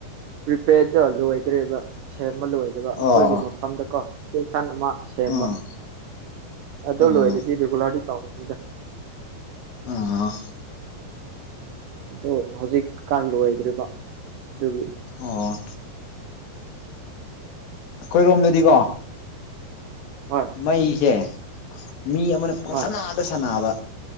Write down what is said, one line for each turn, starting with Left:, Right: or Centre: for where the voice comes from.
Right: ꯄ꯭ꯔꯤꯄꯦꯗ ꯂꯣꯏꯗ꯭ꯔꯦꯕ ꯁꯦꯝꯕ ꯂꯣꯏꯗꯕ
Left: ꯑꯣ
Right: ꯑꯩꯈꯣꯏꯒꯤ ꯃꯐꯝꯗ ꯀꯣ ꯁꯟ ꯑꯃ ꯁꯦꯝꯕ
Left: ꯎꯝ
Right: ꯑꯗꯨ
Left: ꯎꯝ
Right: ꯂꯣꯏꯔꯗꯤ ꯔꯤꯒꯨꯂꯔꯗꯤ ꯇꯧꯔ ꯌꯦꯗ
Left: ꯑ
Right: ꯑꯗ ꯍꯧꯖꯤꯛꯀꯥꯟ ꯂꯣꯏꯗ꯭ꯔꯤꯕ ꯑꯗꯨꯒꯤ
Left: ꯑꯣ ꯑꯩꯈꯣꯏꯔꯣꯝꯗꯗꯤꯀꯣ
Right: ꯍꯣꯏ
Left: ꯃꯩꯁꯦ ꯃꯤ ꯑꯃꯅ ꯄꯪꯁ
Right: ꯍꯣꯏ
Left: ꯅꯥꯗ ꯁꯥꯟꯅꯕ